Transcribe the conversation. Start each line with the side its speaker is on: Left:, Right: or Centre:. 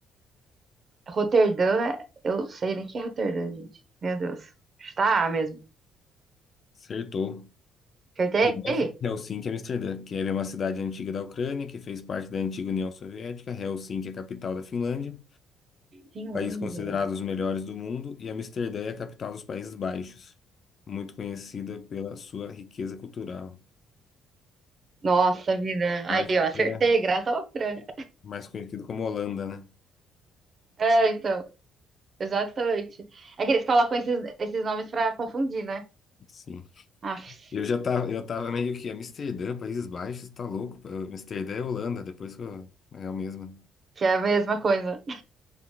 Right: Roterdã, é- eu sei nem que é Roterdã, gente. Meu Deus. Chutar A mesmo.
Left: acertou.
Right: Acertei?
Left: Kiev, Helsinki, Amsterdã. Kiev é uma cidade antiga da Ucrânia que fez parte da antiga União Soviética. Helsinki é a capital da Finlândia,
Right: Finlândia.
Left: país considerado os melhores do mundo, e Amsterdã é a capital dos Países Baixos, muito conhecida pela sua riqueza cultural.
Right: Nossa vida.
Left: Acho
Right: Aí, ó, acertei,
Left: que é
Right: graças à Ucrânia.
Left: mais conhecido como Holanda, né?
Right: É, então. Exatamente. É que eles colocam esses, esses nomes pra confundir, né?
Left: Sim.
Right: Aff,
Left: Eu já tava, eu tava meio que Amsterdã, Países Baixos, tá louco? Amsterdã é Holanda, depois que eu, é o mesmo, né?
Right: que é a mesma coisa.